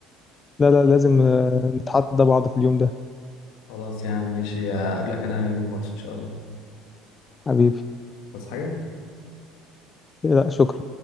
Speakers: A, on the left; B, on the left.
A: لا لا لازم آه، نتحدى بعض في اليوم ده
B: خلاص يا عم ماشي اقابلك انا يوم الماتش ان شاء الله
A: حبيبي
B: بس حاجة
A: لا شكرا